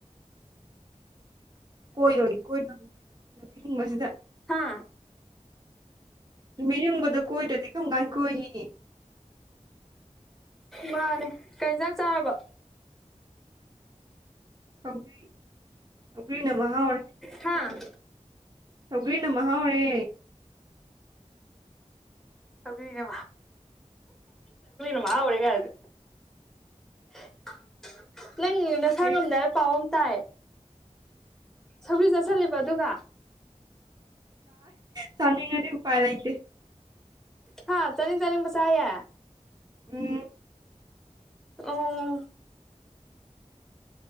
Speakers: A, on the right; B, in the centre.
A: ꯀꯣꯏꯔꯣꯏ ꯀꯣꯏꯔꯣꯏꯨꯡꯕꯁꯤꯗ
B: ꯍꯥ
A: ꯅꯨꯃꯤꯠ ꯌꯡꯕꯗ ꯀꯣꯏꯗ꯭ꯔꯗꯤ ꯀꯔꯝ ꯀꯥꯟ ꯀꯣꯏꯅꯤ
B: ꯃꯥꯅꯦ ꯀꯩꯌꯦꯟꯖꯥꯡ ꯆꯥꯔꯕ
A: ꯁꯥꯎꯒꯔꯤ ꯁꯧꯒ꯭ꯔꯤꯅ ꯃꯍꯥꯎꯔꯦ
B: ꯍꯥꯥ
A: ꯁꯧꯒ꯭ꯔꯤꯅ ꯃꯍꯥꯎꯔꯦ
B: ꯁꯧꯒꯔꯤꯅ ꯃꯍꯥꯎꯔꯦ ꯀꯥꯢꯅ ꯍ <unintelligible> <inaudible> ꯅꯪ ꯅꯁꯥ
A: ꯀꯔꯤ
B: ꯉꯝꯗꯥꯏꯕ ꯄꯥꯎ ꯑꯃ ꯇꯥꯏ ꯁ ꯆꯠꯂꯤꯕ ꯑꯗꯨꯒ
A: ꯆꯅꯤꯡ ꯉꯗꯤ ꯎ ꯄꯥꯏ ꯂ ꯏꯇꯦ
B: ꯍꯥ ꯆꯅꯤꯡ ꯆꯅꯤꯡꯕ ꯆꯥꯢꯌꯦ
A: ꯎꯝ
B: ꯑ